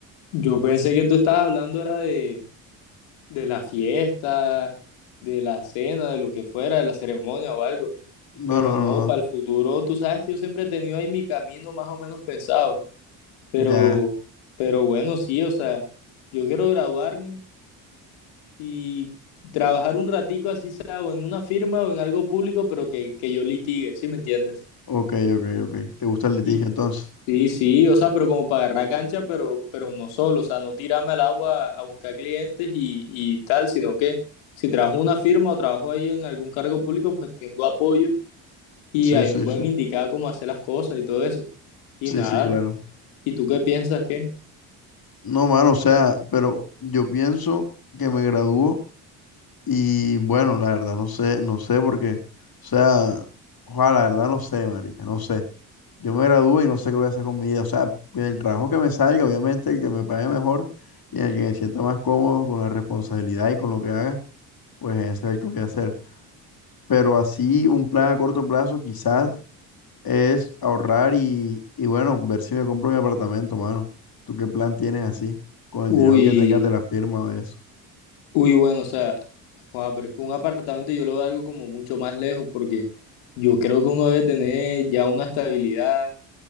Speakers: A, on the left (about 80°); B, on the left (about 45°).
A: yo pensé que tú estabas hablando era de, de la fiesta, de la cena, de lo que fuera, de la ceremonia o algo,
B: No,
A: pero
B: no, no,
A: no, para el futuro, tú sabes que yo siempre he tenido ahí mi camino más o menos pensado. Pero,
B: no, ya,
A: pero bueno, sí, o sea, yo quiero graduarme y trabajar un ratico así sea o en una firma o en algo público, pero que, que yo litigue, ¿sí me entiendes?
B: ok, ok, ok. ¿Te gusta el litigio
A: Y
B: entonces?
A: sí, sí, o sea, pero como para agarrar cancha, pero, pero uno solo, o sea, no tirarme al agua a buscar clientes y, y tal, sino que si trabajo en una firma o trabajo ahí en algún cargo público, pues tengo apoyo y
B: Sí,
A: ahí
B: sí,
A: me pueden
B: sí,
A: indicar cómo hacer las cosas y todo eso. Y
B: sí,
A: nada,
B: sí, claro.
A: ¿y tú qué piensas que?
B: No, mano, o sea, pero yo pienso que me graduó y bueno, la verdad, no sé, no sé porque, o sea, ojalá, la verdad, no sé, marica, no sé. Yo me gradúo y no sé qué voy a hacer con mi vida, o sea, en el trabajo que me salga, obviamente, el que me pague mejor y el que me sienta más cómodo con la responsabilidad y con lo que haga, pues ese es el que voy a hacer. Pero así, un plan a corto plazo, quizás es ahorrar y, y bueno, ver si me compro mi apartamento, mano. ¿Tú qué plan tienes así? Con el
A: Uy,
B: dinero que tengas de la firma o de eso.
A: uy, bueno, o sea. Joda, pero es que un apartamento yo lo veo algo como mucho más lejos porque yo creo que uno debe tener ya una estabilidad,